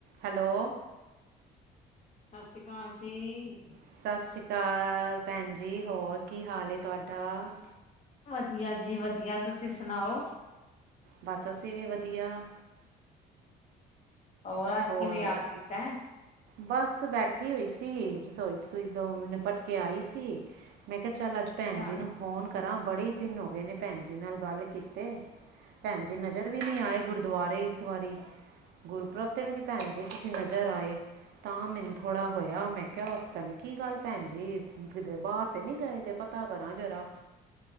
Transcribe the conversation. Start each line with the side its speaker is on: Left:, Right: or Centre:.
Right: Hello
Left: ਸਤਿ ਸ਼੍ਰੀ ਅਕਾਲ ਜੀ।
Right: ਸਤਿ ਸ਼੍ਰੀ ਅਕਾਲ ਭੈਣ ਜੀ, ਹੋਰ ਕੀ ਹਾਲ ਐ ਤੁਹਾਡਾ?
Left: ਵਧੀਆ ਜੀ ਵਧੀਆ ਤੁਸੀਂ ਸੁਣਾਓ?
Right: ਬਸ ਅਸੀਂ ਵੀ ਵਧੀਆ।
Left: ਹੋਰ ਅੱਜ
Right: ਹੋਰ
Left: ਕਿਵੇਂ ਯਾਦ ਕੀਤਾ ਏ।
Right: ਬਸ ਬੈਠੀ ਹੋਈ ਸੀ ਰਸੋਈ- ਰਸੋਈ ਦੋ ਮੀਹ ਨਿਪਟਕੇ ਆਈ ਸੀ। ਮੈਂ ਕਿਹਾ ਚੱਲ ਅੱਜ
Left: ਅੱਛਾ
Right: ਭੈਣ ਜੀ ਨੂੰ ਫ਼ੋਨ ਕਰਾਂ ਬੜੇ ਈ ਦਿਨ ਹੋ ਗਏ ਨੇ ਭੈਣ ਜੀ ਨਾਲ ਗੱਲ ਕੀਤੇ। ਭੈਣ ਜੀ ਨਜ਼ਰ ਵੀ ਨਹੀਂ ਆਏ ਗੁਰਦੁਆਰੇ ਇਸ ਵਾਰੀ। ਗੁਰਪ੍ਰਰਬ ਤੇ ਵੀ ਨੀ ਭੈਣ ਜੀ ਤੁਸੀਂ ਨਜ਼ਰ ਆਏ। ਤਾਂ ਮੈਨੂੰ ਥੋੜਾ ਹੋਇਆ ਮੈਂ ਕਿਹਾ ਪਤਾ ਨੀ ਕੀ ਗੱਲ ਭੈਣ ਜੀ ਕਿਧਰੇ ਬਾਹਰ ਤੇ ਨੀ ਗਏ ਦੇ, ਇਦੇ ਪ- ਪਤਾ ਕਰਾਂ ਜਰਾ।